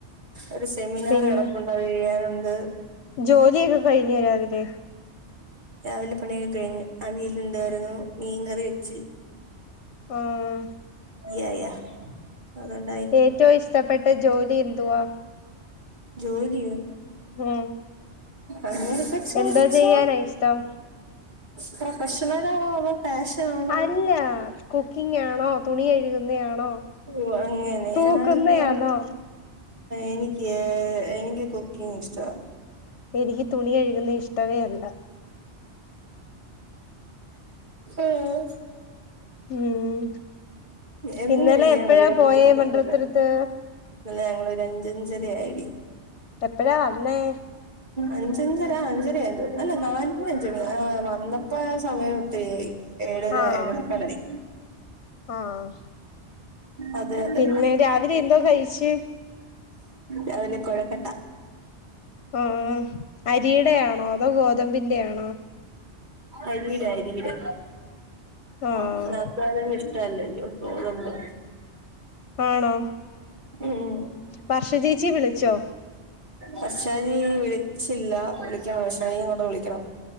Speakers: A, on the right; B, on the left.
A: ഒരു സെമിനാർ
B: പിന്നെ
A: കിടപ്പുണ്ട് പറയാനുണ്ട്
B: ജോലിയൊക്കെ കഴിഞ്ഞ രാവിലെ
A: രാവിലെ പണിയൊക്കെ കഴിഞ്ഞ് അവീയിലുണ്ടായിരുന്നു മീൻകറി വെച്ച്
B: ആഹ്‌
A: യാ യാ അതൊണ്ട്
B: ഏറ്റവും ഇഷ്ടപ്പെട്ട ജോലി എന്തുവാ
A: ജോലിയോ
B: ഉം
A: അങ്ങനത്തെ ചോദിച്ചോ
B: എന്തോ ചെയ്യാനാ ഇഷ്ടം
A: പ്രൊഫഷണൽ ആണോ അതോ പാഷൻ ആണോ
B: അല്ല കുക്കിംഗ് ആണോ തുണി കഴുകുന്നയാണോ
A: ഓ അങ്ങനെ
B: തൂക്കുന്നയാന്നോ
A: ആർക്ക എനിക്ക് എനിക്ക് കുക്കിംഗ് ഇഷ്ടവാ.
B: എനിക്ക് തുണി കഴുകുന്നെ ഇഷ്ടവേ അല്ല.
A: ആഹ്
B: ഉം
A: എന്നും
B: ഇന്നലെ
A: കഴിക്കാൻ
B: എപ്പഴാ
A: മതി അപ്പൊ
B: പോയേ
A: പിന്നെ കൊഴപ്പല്ല
B: മണ്ഡലതുരത്ത്?
A: ഇന്നലെ ഞങ്ങളൊരു അഞ്ചഞ്ചര ആയെടി.
B: എപ്പഴാ വന്നേ
A: അഞ്ചഞ്ചര അഞ്ചര ആഹ് ആയെന്ന് തോന്നുന്നു അല്ല നാല് മണി അഞ്ച് മണി ആഹ് വന്നപ്പോ സമയം ഒത്തിരിയായി. ഏഴര
B: ആണോ
A: എഴേമുക്കാലായി.
B: ആഹ്
A: അതെ അതെ
B: പിന്നെ രാവിലെ എന്തോ കഴിച്ച്?
A: രാവിലെ കൊഴക്കട്ട.
B: ആഹ് അരിയുടെ ആണോ അതോ ഗോതമ്പിന്റെ ആണോ
A: അരീടെ അരീടെ. <unintelligible>
B: ആഹ്
A: ഇഷ്ടം അല്ലല്ലോ ഗോതമ്പ്
B: ആണോ
A: ഉം
B: വർഷ ചേച്ചി വിളിച്ചോ?
A: വർഷാച്ചി വിളിച്ചില്ല വിളിക്കണം വർഷാച്ചിനെ കൂടെ വിളിക്കണം.